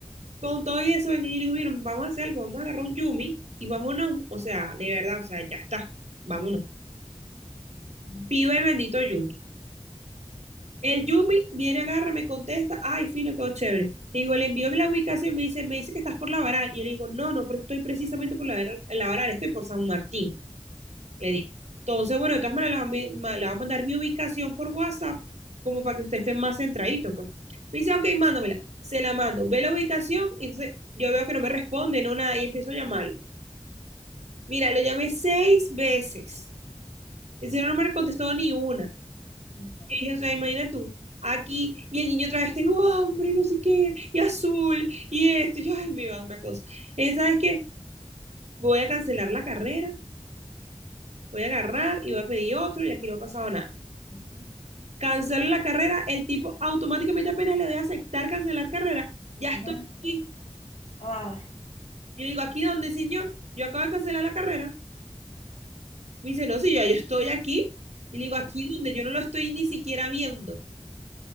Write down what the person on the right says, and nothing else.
Con todo y eso, vengo y le digo, miren, vamos a hacer algo, vamos a agarrar un Yumi y vámonos, o sea, de verdad, o sea, ya está, vámonos. Viva el bendito Yumi. El Yumi viene, agarra, me contesta, ay, fino, todo chévere. Le digo, le envío la ubicación, me dice, me dice que estás por La Varal. Y yo le digo, no, no, pero estoy precisamente por La Varal, en La Varal, estoy por San Martín. Le digo. Entonces, bueno, de todas maneras, le va a me- ma- le va a mandar mi ubicación por WhatsApp, como para que usted esté más centradito, pues. Me dice, ok, mándamela. Se la mando. Ve la ubicación, y entonces yo veo que no me responde, no nada, y empiezo a llamarlo. Mira, lo llamé seis veces. El señor no me contestó ni una.
y o sea, imagina tú, aquí, y el niño otra vez, tengo hambre, y no sé qué, y azul, y esto, y yo, ay, me iba a dar una cosa. Y ¿sabes qué? Voy a cancelar la carrera, voy a agarrar y voy a pedir otro, y aquí no ha pasado nada.
Cancelo la carrera, el tipo automáticamente apenas le doy a aceptar cancelar carrera, ya
estoy aquí.
Yo digo, ¿aquí dónde, señor? Yo acabo de cancelar la carrera. Me dice, no, sí, ya yo estoy aquí. Y le digo, aquí donde yo no lo estoy ni siquiera viendo.